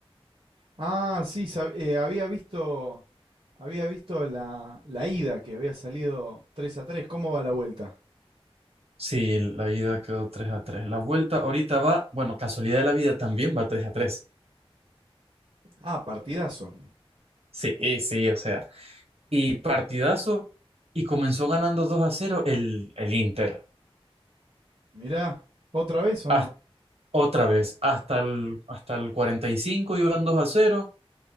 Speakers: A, on the right; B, on the right.
A: Ah, sí, sab- eh, había visto, había visto la, la ida que había salido 3 a 3. ¿Cómo va la vuelta?
B: Sí, la ida quedó 3 a 3. La vuelta ahorita va, bueno, casualidad de la vida también va 3 a 3.
A: Ah, partidazo.
B: Sí, sí, o sea. Y partidazo, y comenzó ganando 2 a cero el, el Inter.
A: Mirá, ¿otra vez o
B: Hasta-
A: no?
B: otra vez, hasta el, hasta el 45 iban 2 a cero.